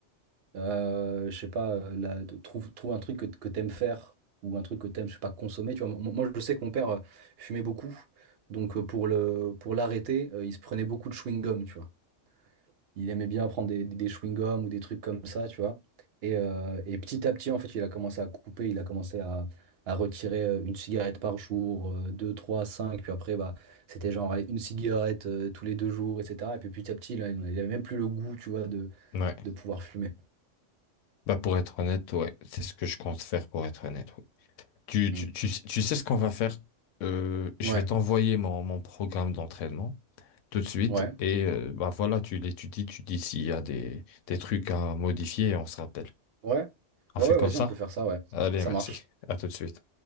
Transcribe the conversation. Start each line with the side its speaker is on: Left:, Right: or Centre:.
Right: Euh, je sais pas, euh, la- de, trouve, trouve un truc que, que t'aimes faire ou un truc que t'aimes, je sais pas, consommer. Tu vois, moi, moi, je sais que mon père euh, fumait beaucoup, donc euh, pour le, pour l'arrêter, euh, il se prenait beaucoup de chewing-gum, tu vois. Il aimait bien prendre des, des, des chewing-gums ou des trucs comme ça, tu vois. Et, euh, et petit à petit, en fait, il a commencé à couper, il a commencé à, à retirer euh, une cigarette par jour, euh, deux, trois, cinq. Puis après, bah, c'était genre allez, une cigarette euh, tous les deux jours, etc. Et puis petit à petit, là, il n'avait même plus le goût, tu vois, de,
Left: Ouais.
Right: de pouvoir fumer.
Left: Bah, pour être honnête, ouais, c'est ce que je compte faire pour être honnête. ouais. Tu, tu,
Right: Mm.
Left: tu, tu sais ce qu'on va faire? Euh, je
Right: Ouais,
Left: vais t'envoyer mon, mon programme d'entraînement. tout de suite.
Right: ouais,
Left: Et euh, bah voilà, tu l'étudies, tu dis s'il y a des, des trucs à modifier et on se rappelle.
Right: ouais.
Left: On
Right: Ouais,
Left: fait
Right: ouais,
Left: comme
Right: vas-y,
Left: ça?
Right: on peut faire ça, ouais.
Left: Allez,
Right: Ça
Left: merci.
Right: marche.
Left: À tout de suite.